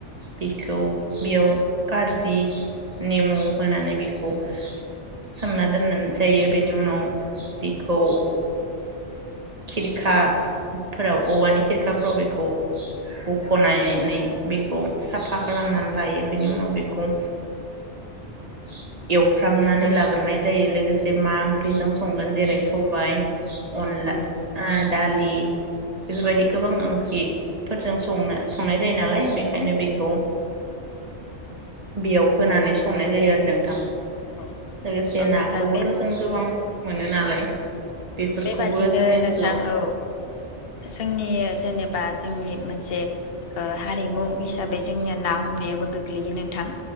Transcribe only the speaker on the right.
बिखौ बेयाव कारजि नेमु होनानै बेखौ सोमना दोननाय जायो बेनि उनाव बिखौ खिरखाफोराव औवानि खिरखा फ्राव बेखौ बख'नानै बेखौ साफा खालामनानै लायो बेनि उनाव बेखौ <inaudible> एवफ्रामनानै
लाग्रोनाय
जायो लोगोसे मा ओंख्रिजों संगोन जेरै सबाय अनला
आ ओ दालि बेफोरबायदि
गोबां ओंख्रि फोरजों संनो संनाय जायो नालाय बेखायनो बेखौ बेयाव होनानै संनाय जायो आरो नोंथां। लोगोसे
नाखौबोथ'
जों गोबां मोनो नालाय। बेफोरखौबो
जोंनि
ओनसोलाव